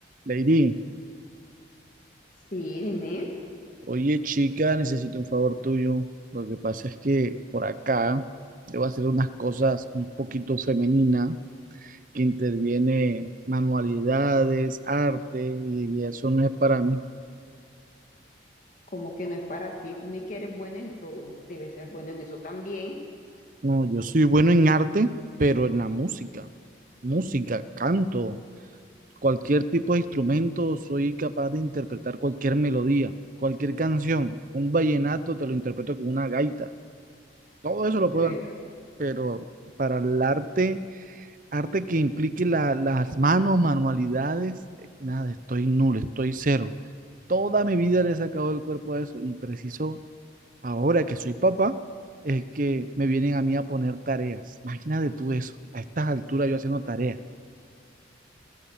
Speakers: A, on the right; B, on the left.
A: Lady,
B: Sí, dime,
A: oye chica, necesito un favor tuyo. Lo que pasa es que por acá debo hacer unas cosas un poquito femeninas que interviene manualidades, arte, y, y eso no es para mí.
B: como que no es para ti, tú ni que eres buena en todo, debes ser bueno en eso también.
A: No, yo soy bueno en arte, pero en la música, música, canto, cualquier tipo de instrumento, soy capaz de interpretar cualquier melodía, cualquier canción. Un vallenato te lo interpreto con una gaita. Todo eso lo puedo
B: Eh,
A: hacer, pero para el arte... arte que implique la- las manos, manualidades, eh, nada, estoy nulo, estoy cero. Toda mi vida le he sacado el cuerpo a eso y preciso, ahora que soy papá, es que me vienen a mí a poner tareas. Imagínate tú eso, a estas alturas yo haciendo tareas.